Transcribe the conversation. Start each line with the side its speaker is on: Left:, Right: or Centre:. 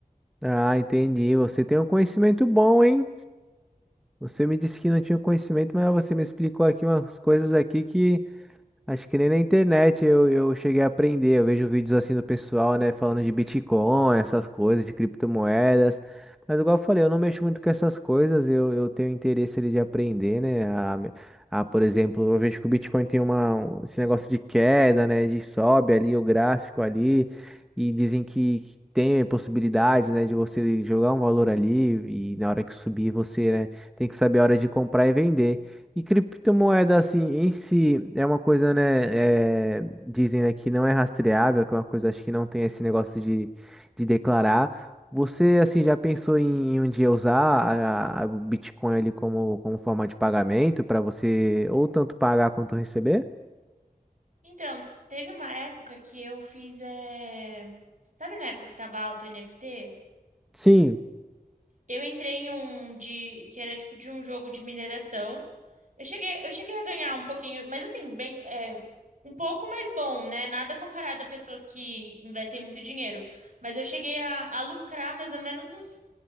Centre: Ah, entendi. Você tem um conhecimento bom, hein? Você me disse que não tinha conhecimento, mas você me explicou aqui umas coisas aqui que Acho que nem na internet eu, eu cheguei a aprender. Eu vejo vídeos assim do pessoal, né, falando de Bitcoin, essas coisas, de criptomoedas. Mas igual eu falei, eu não mexo muito com essas coisas. Eu, eu tenho interesse ali de aprender, né? A, a, por exemplo, eu vejo que o Bitcoin tem uma, um- esse negócio de queda, né? De sobe ali o gráfico ali. E dizem que tem possibilidades, né, de você jogar um valor ali e na hora que subir você, né, tem que saber a hora de comprar e vender. E criptomoeda, assim, em si, é uma coisa, né? é, dizem, né, que não é rastreável, que é uma coisa, acho que não tem esse negócio de, de declarar. Você, assim, já pensou em, em um dia usar a, a- o Bitcoin ali como, como forma de pagamento para você ou tanto pagar quanto receber?
Right: Então, teve uma época que eu fiz. é, Sabe na época que tava alta NFT?
Centre: Sim,
Right: Eu entrei em um de que era tipo de um jogo de mineração. Eu cheguei, eu cheguei a ganhar um pouquinho, mas assim, bem, é, um pouco mais bom, né? Nada comparado a pessoas que investem muito dinheiro. Mas eu cheguei a, a lucrar mais ou menos uns